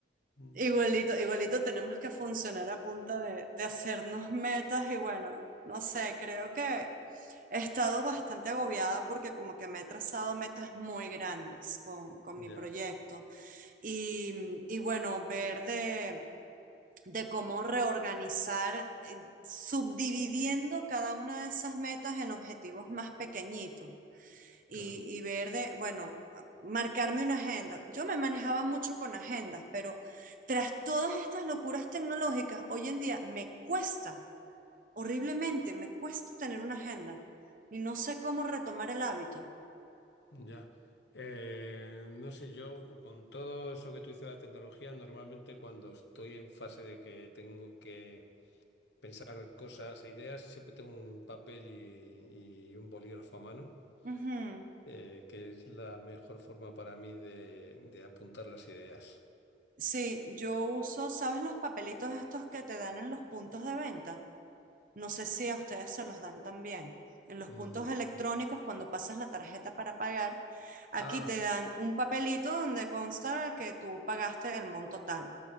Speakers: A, on the left; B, on the right.
A: mm,
B: Igualito, igualito tenemos que funcionar a punta de, de hacernos metas y bueno, no sé, creo que he estado bastante agobiada porque como que me he trazado metas muy grandes con, con
A: Ya,
B: mi proyecto y, y bueno, ver de, de cómo reorganizar, eh, subdividiendo cada una de esas metas en objetivos más pequeñitos y,
A: claro,
B: y ver de, bueno, ah, marcarme una agenda. Yo me manejaba mucho con agendas, pero tras todas estas locuras tecnológicas, hoy en día me cuesta, horriblemente, me cuesta tener una agenda y no sé cómo retomar el hábito.
A: ya. Eh, no sé, yo con todo eso que tú dices de la tecnología, normalmente cuando estoy en fase de que tengo que pensar cosas e ideas, siempre tengo un papel y, y un bolígrafo a mano.
B: Ujú.
A: eh, que es la mejor forma para mí de, de apuntar las ideas.
B: Sí, yo uso, ¿sabes los papelitos estos que te dan en los puntos de venta? No sé si a ustedes se los dan también. En los
A: Mm,
B: puntos electrónicos, cuando pasas la tarjeta para pagar, aquí
A: Ah,
B: te dan un papelito donde consta que tú pagaste el monto tal,